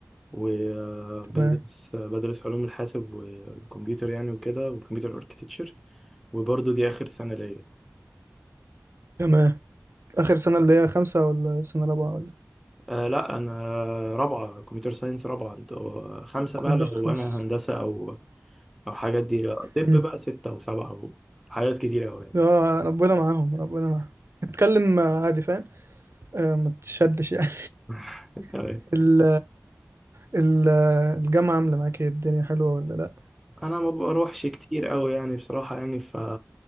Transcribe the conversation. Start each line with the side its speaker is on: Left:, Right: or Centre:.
Centre: وبدرس
Right: تمام
Centre: بدرس علوم الحاسب والكمبيوتر يعني وكده والكمبيوتر اركتكتشر وبرضه دي اخر سنة ليا
Right: تمام اخر سنة اللي هي خمسة ولا سنة رابعة ولا
Centre: آه لا انا رابعة كمبيوتر ساينس رابعة انتوا خمسة
Right: كمبيوتر
Centre: بقى لو
Right: خمس
Centre: انا هندسة او او حاجات دي طب
Right: مم.
Centre: بقى ستة او سبعة وحاجات كتيرة اوي يعني
Right: اه ربنا معاهم ربنا معاهم اتكلم عادي فاهم آه، ما تشدش يعني
Centre: <laughs> تمام
Right: <laughs> ال ال- الجامعة عاملة معاك ايه الدنيا حلوة ولا لا
Centre: انا ما بروحش كتير قوي يعني بصراحه يعني ف